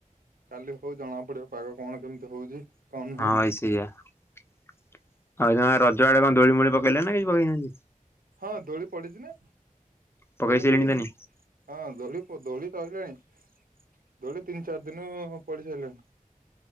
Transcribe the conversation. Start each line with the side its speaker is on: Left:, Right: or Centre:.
Right: କାଲି ହଉ ଜଣା ପଡିବ ପାଗ କଣ କେମିତି ହଉଛି। କଣ ନାହିଁ
Left: ହଁ ଭାଇ ସେଇଆ। ହଇକିନା ରଜ ଆଡେ କଣ ଦୋଳି ମୋଳି ପକେଇଲେ ନା କିଛି ପକେଇନାହାନ୍ତି।
Right: ହଁ ଦୋଳି ପଡିଛି ନା
Left: ପକେଇ
Right: ଦୋଳି
Left: ସାଇଲେଣି
Right: ପଡିଛି।
Left: ତାନେ
Right: ହଁ ଦୋଳି ପ ଦୋଳି ପଡିଲାଣି। ଦୋଳି ତିନି ଚାରି ଦିନ ହବ ପଡି ସାରିଲାଣି।